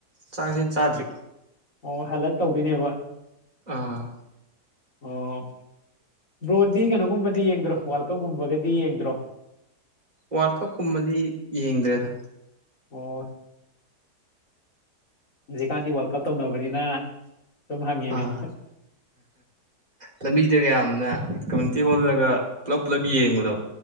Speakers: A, on the right; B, on the left.
A: ꯆꯥꯁꯤ ꯆꯥꯗ꯭ꯔꯤ
B: ꯑꯣ ꯍꯜꯂꯛ ꯇꯧꯗꯣꯏꯅꯦꯕ
A: ꯑꯥ
B: ꯑꯣ ꯕ꯭ꯔꯣꯗꯤ ꯀꯩꯅꯣꯒꯨꯝꯕꯗꯤ ꯌꯦꯡꯗ꯭ꯔꯣ ꯋꯥꯔꯜ ꯀꯞꯀꯨꯝꯕꯒꯗꯤ ꯌꯦꯡꯗ꯭ꯔꯣ
A: ꯋꯥꯔꯜ ꯀꯞꯀꯨꯝꯕꯗꯤ ꯌꯦꯡꯗ꯭ꯔꯦꯗ
B: ꯑꯣ ꯖꯤꯀꯥꯟꯗꯤ ꯋꯥꯔꯜ ꯀꯞ ꯇꯧꯅꯕꯅꯤꯅ ꯁꯨꯝ ꯍꯪꯉꯤꯅꯤ
A: ꯑꯥ ꯂꯝꯕꯤꯗ ꯌꯥꯝꯌꯥꯝꯅ ꯀꯝꯃꯨꯅꯤꯇꯤ ꯍꯣꯜꯂꯒ ꯄꯨꯂꯞ ꯄꯨꯂꯞ ꯌꯦꯡꯕꯗꯣ